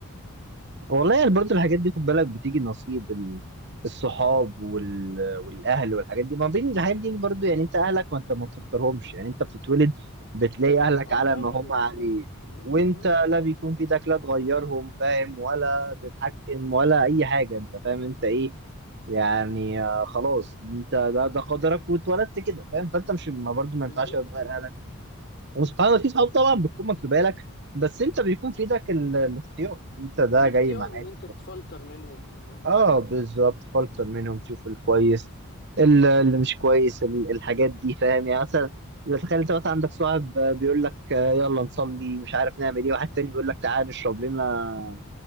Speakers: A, on the right; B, on the left.
A: والله يعني برضه الحاجات دي خد بالك بتيجي نصيب ال- الصحاب وال... والاهل والحاجات دي ما بين الحاجات دي برضه يعني انت اهلك ما انت ما بتختارهمش يعني انت بتتولد بتلاقي اهلك
B: أه
A: على
B: أنت أهلك
A: ما هم
B: ما بتختارهمش
A: عليه
B: بالظبط
A: وانت
B: أه
A: لا بيكون في ايدك لا تغيرهم فاهم ولا تتحكم ولا اي حاجه انت فاهم انت ايه يعني آه، خلاص انت ده ده قدرك واتولدت كده فاهم فانت مش ما برضه
B: أه
A: ما
B: بالظبط
A: ينفعش تغير اهلك وسبحان الله في صحاب طبعا بتكون مكتوبه لك بس انت بيكون في ايدك ال- الاختيار انت ده
B: الاختيار
A: جاي معاك
B: إن أنت تفلتر منهم أه
A: اه بالظبط فلتر منهم تشوف الكويس ال- اللي مش كويس ال- الحاجات دي فاهم يعني مثلا لو تخيل انت مثلا عندك صاحب آه، بيقول لك آه، يلا نصلي مش عارف نعمل ايه واحد تاني بيقول لك تعال نشرب لنا